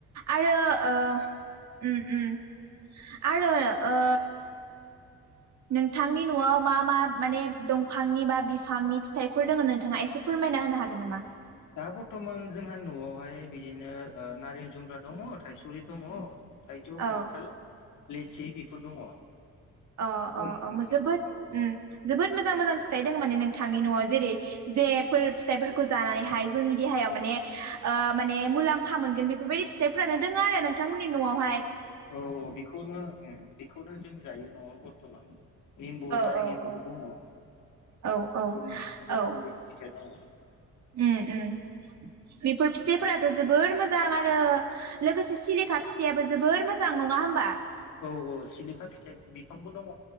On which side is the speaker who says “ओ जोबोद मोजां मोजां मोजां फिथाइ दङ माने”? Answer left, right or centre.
Right